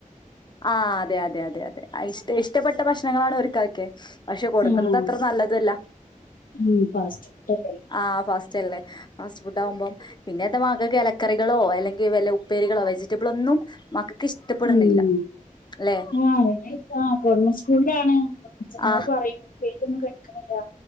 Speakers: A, on the left (about 30°); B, on the left (about 80°).
A: ആഹ് അതെ അതെ അതെ അതെ അഇഷ്ട ഇഷ്ടപ്പെട്ട ഭക്ഷണങ്ങളാണ് ഓര്ക്കൊക്കെ പക്ഷെ കൊടുക്കുന്നത്
B: ആഹ്
A: അത്ര നല്ലതല്ല
B: ഉം ഫാസ്റ്റ് ഫുഡല്ലേ
A: ആഹ് ഫസ്റ്റ്ല്ലേ ഫാസ്റ്റ് ഫുഡ് ആവുമ്പോം പിന്നെന്റ മക്കക്ക് ഇലക്കറികളോ അല്ലെങ്കിൽ വല്ല ഉപ്പേരികളോ വെജിറ്റബിള് ഒന്നും മ ഇഷ്ടപ്പെടണില്ല
B: ഉം
A: അല്ലെ
B: ആഹ് ആ ഗവൺമെന്റ് സ്കൂളിലാണ് അപ്പൊ ടീച്ചർമാർ
A: ആഹ്
B: പറയൂ പേര് <unintelligible> ക്കണില്ല